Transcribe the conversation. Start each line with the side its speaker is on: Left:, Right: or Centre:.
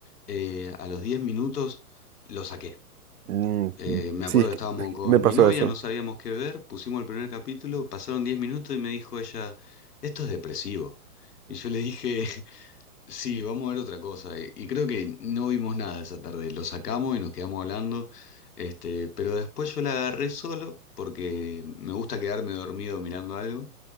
Left: eh, a los 10 minutos lo saqué.
Right: Mm,
Left: Eh, me
Right: sí,
Left: acuerdo
Right: es
Left: que
Right: que,
Left: estábamos
Right: es que
Left: con
Right: me pasó
Left: mi novia,
Right: eso.
Left: no sabíamos qué ver, pusimos el primer capítulo, pasaron 10 minutos y me dijo ella, esto es depresivo. Y yo le dije, Sí, vamos a ver otra cosa. Y, y creo que no vimos nada esa tarde. Lo sacamos y nos quedamos hablando. Este, pero después yo la agarré solo porque me gusta quedarme dormido mirando algo.